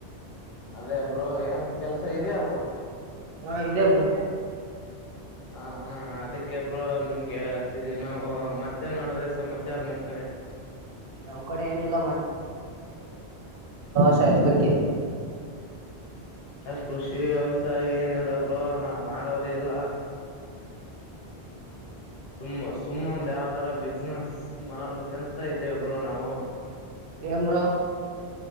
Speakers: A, on the left; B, on the right.
A: ಅದೇ ಬ್ರೋ ಹೆಂಗ ಕೆಲ್ಸ ಇದೆಯ ಅಲ್ವಾ
B: ಹಾ ಇದೇ ಬ್ರೋ
A: ಹ ಹಾ ಅದಕ್ಕೆ ಬ್ರೋ ನಿಮ್ಗೆ ಹೇಳ್ತಿದೀವಿ ನಾವು ಮತ್ತೆ ನಡದೆ ಸಮಾಚಾರ ನಿಮ್ ಕಡೆ
B: ನಮ್ ಕಡೆ ಏನಿಲ್ಲ ಸದ್ ಬಗ್ಗೆ
A: ಕೃಷಿ ವ್ಯವಸಾಯ ಏನಿಲ್ಲ ಬ್ರೋ ನಾವ್ ಮಾಡೋದೇ ಇಲ್ಲ ಸುಮ್ಮ ಸುಮ್ಮೊಂದ ಯಾವ್ದರ ಬಿಸ್ನೆಸ್ ಮಾಡ್ಬೇಕಂತ ಇದೇಬರು ನಾವು
B: ಏನ್ ಬ್ರೋ